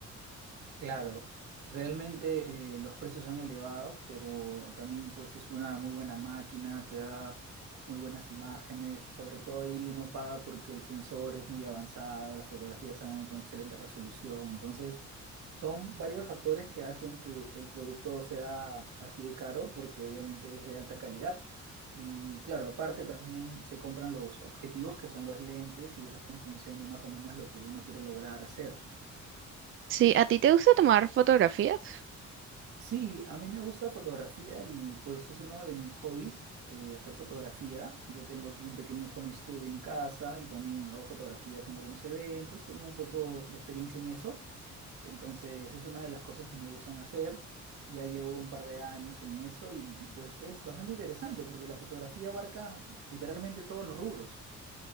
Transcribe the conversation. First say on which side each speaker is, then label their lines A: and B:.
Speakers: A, on the right (about 70°); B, on the right (about 45°).
A: Claro, realmente eh, los precios son elevados, pero también pues es una muy buena máquina, te da muy buenas imágenes, sobre todo ahí uno paga porque el sensor es muy avanzado, las fotografías salen con excelente resolución, entonces son varios factores que hacen que el producto sea así de caro porque obviamente es de alta calidad. Y claro, aparte también se compran los objetivos que son los lentes y eso es en función de más o menos lo que uno quiere lograr hacer.
B: Sí, ¿a ti te gusta tomar fotografías?
A: Sí, a mí me gusta fotografía y pues es uno de mis hobbies, eh, hacer fotografía. Yo tengo aquí un pequeño home studio en casa y también hago fotografías en algunos eventos, tengo un poco de experiencia en eso. Entonces es una de las cosas que me gustan hacer. Ya llevo un par de años en eso y, y pues es bastante interesante porque la fotografía abarca literalmente todos los rubros.